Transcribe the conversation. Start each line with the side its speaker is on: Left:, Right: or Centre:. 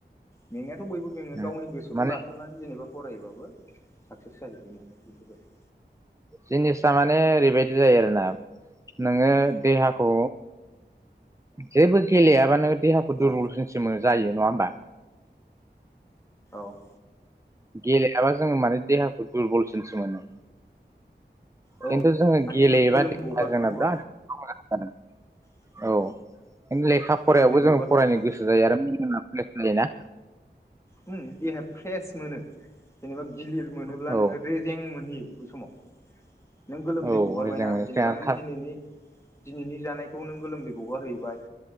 Left: मेंनायाथ बयबो जोंगो
Right: उम
Left: गावनि गोसोखौ
Right: माने
Left: लाथाबनानै जेनेबा फरायबाबो साक्सेस जाहैगोन आरो बेफोरबायदि
Right: जिनिसा माने ओरैबायदि जायो आरोना नोंङो
Left: अ
Right: देहाखौ जेबो गेलेयाबानो देहाखौ दुरबलसिमसो
Left: अ
Right: जायो नङा होमबा
Left: औ
Right: गेलेयाबा जोंङो माने देहाखौ दुरबलसिनसो मोनो
Left: औ
Right: खिन्थु जोंङो
Left: माने
Right: गेलेयोबा
Left: नों गोलोम
Right: देहाया
Left: गगारथारनांगौ
Right: जोंना बिराद मोजां जायो
Left: आरो
Right: औ खिन्थु लेखा
Left: गोलोमदै
Right: फरानायाबो
Left: गगारहोथारनांगौ
Right: जों फरायनो गोसो जायो आरो जोंना ब्लेम जायोना
Left: उम देहाया फ्रेस मोनो जेनेबा गिलिर मोनोब्ला
Right: औ
Left: नों रेजें मोनहैयो बै समाव नों गोलोमदै
Right: औ
Left: गगारबायना
Right: रेजें मोनसे
Left: जेनेबा
Right: औ
Left: नों दिनैनि दिनैनि जानायखौ नों गोलोमदै गगारहैबाय